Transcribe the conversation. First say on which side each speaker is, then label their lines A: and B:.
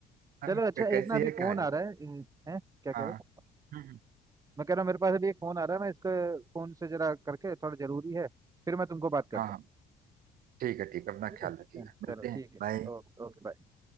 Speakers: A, on the right; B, on the right.
A: हाँ
B: चलो अच्छा
A: क- कैसी
B: एक ना अभी
A: है
B: फोन
A: कहानी
B: आ रहा है अ, हैं क्या कह
A: हाँ
B: रहे हो
A: हम्म,
B: मैं कह रहा हूँ मेरे पास अभी एक फोन आ रहा है मैं इसको फोन से जरा करके थोड़ा जरूरी है फिर मैं तुमको बात करता
A: हाँ हाँ
B: हूँ
A: ठीक है ठीक है अपना
B: ठीक
A: ख्याल
B: है
A: रखिएगा
B: हाँ,
A: मिलते
B: चलो
A: हैं
B: ठीक है
A: बाय
B: Okay okay bye.